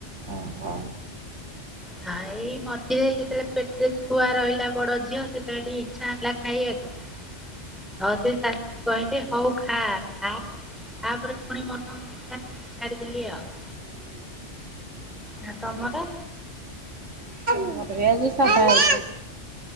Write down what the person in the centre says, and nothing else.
ଖାଏ ଏଇ ମଝିରେ ଯେତେବେଳେ ପେଟ୍ରେ ଛୁଆ ରହିଲା ବଡ ଝିଅ ସେତେବେଳେ ଟିକେ ଇଛା ହେଲା ଖାଇଆକୁ। ହଉ ସେ ସାର୍ କହିଲେ ହଉ ଖା ଖା ତାପରେ ପୁଣି ମୋର <unintelligible> ଛାଡ଼ିଦେଲି ଆଉ। ନା ତମର